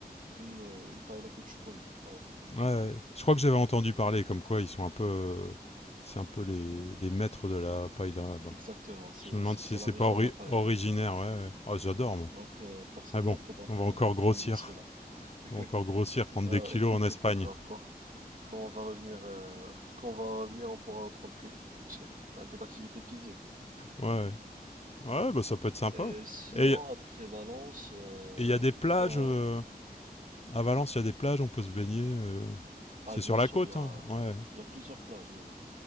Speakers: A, on the right (about 55°); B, on the left (about 40°).
A: une, euh, une paella que tu connais. Voilà.
B: ouais. je crois que j'avais entendu parler comme quoi ils sont un peu, euh, c'est un peu les, les maîtres de la paille là-bas.
A: Exactement. C'est,
B: Je me demande
A: c'est
B: si
A: c'est la
B: c'est
A: région
B: pas ori-
A: de la paella.
B: originaire, ouais. ouais. Oh, j'adore moi.
A: Donc, euh, forcément,
B: Ah bon,
A: il faudra
B: on
A: qu'on
B: va encore grossir,
A: qu'on goûte cela. <laughs>
B: on va encore grossir, prendre
A: Alors,
B: des kilos
A: écoute,
B: en Espagne.
A: c'est pas grave, quoi. Quand on va revenir, euh, <laughs> quand on va revenir, on pourra reprendre que- un peu d'activité physique.
B: Ouais, ouais, Ouais, bah ça peut être sympa.
A: Euh, sinon,
B: Et
A: à Prévalence, euh,
B: et il y a des plages.
A: bah,
B: euh, À Valence, il y a des plages, on peut se baigner. euh,
A: ah,
B: C'est
A: bien
B: sur la
A: sûr,
B: côte,
A: il y a,
B: hein. Ouais.
A: il y a plusieurs plages.